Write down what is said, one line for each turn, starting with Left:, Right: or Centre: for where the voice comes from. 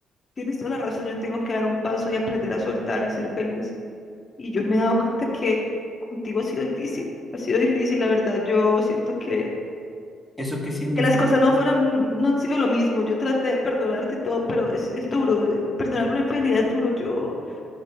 Left: tienes toda la razón, yo tengo que dar un paso y aprender a soltar y ser feliz. Y yo me he dado cuenta que contigo ha sido difícil, ha sido difícil, la verdad, yo siento que,
Centre: ¿Eso qué significa?
Left: que las cosas no fueron, no han sido lo mismo. Yo traté de perdonarte y todo, pero es, es duro, eh, perdonar una infidelidad es duro. Yo,